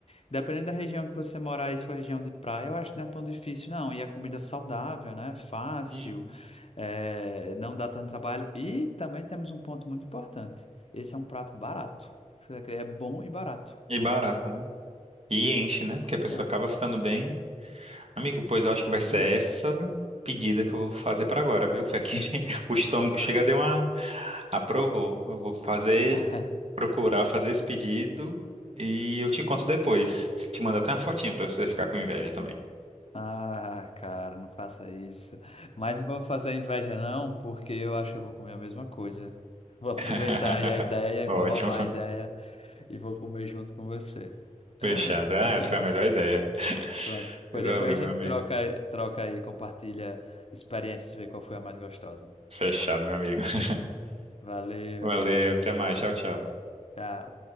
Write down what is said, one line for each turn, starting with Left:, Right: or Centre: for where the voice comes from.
Left: dependendo da região que você morar, e se for região de praia, eu acho que não é tão difícil, não. E a comida é saudável, né? Fácil,
Right: Hum.
Left: é, não dá tanto trabalho. E também temos um ponto muito importante. Esse é um prato barato. É bom e barato.
Right: E barato, né? E enche, né? Porque
Left: Pois
Right: a pessoa
Left: é,
Right: acaba ficando bem. Amigo, pois eu
Left: exatamente.
Right: acho que vai ser essa pedida que eu vou fazer para agora, viu? Foi aqui. <laughs> O estômago chega, deu uma. Aprovou. Eu vou fazer,
Left: <laughs>
Right: procurar fazer esse pedido e eu te conto depois. Te mando até uma fotinha para você ficar com inveja também.
Left: Ah, cara, não faça isso. Mas não vou fazer inveja, não, porque eu acho que eu vou comer a mesma coisa. Vou aproveitar
Right: <laughs>
Left: aí a ideia e
Right: Ótimo.
Left: vou roubar
Right: Fechou.
Left: a ideia. e vou comer junto com você. <laughs>
Right: Fechado. Ah, essa foi a melhor ideia.
Left: Pronto. Pois
Right: Valeu,
Left: depois a gente
Right: meu amigo.
Left: troca, troca aí, compartilha experiências, vê qual foi a mais gostosa.
Right: Fechado, meu amigo. <laughs>
Left: Valeu,
Right: Valeu,
Left: amigo.
Right: até mais. Tchau, tchau.
Left: Tchau.